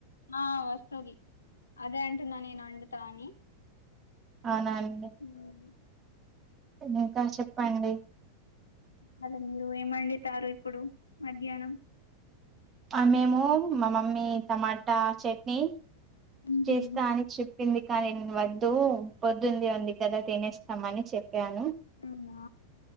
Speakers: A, on the left (about 75°); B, on the right (about 25°).
A: ఆ వస్తది అదే అంటున్నా నేను వండుతా అని
B: అవునా అండి
A: మ్మ్
B: ఇంకా చెప్పండి
A: మళ్ళ మీరు ఏమండితారు ఇప్పుడు మధ్యాహ్నం
B: ఆ మేము మా మమ్మీ టమాటా చట్నీ
A: ఉహు
B: చేస్తా అని చెప్ కానీ నేను వద్దు పొద్దుంది ఉంది కదా తినేస్తామని చెప్పాను
A: అవునా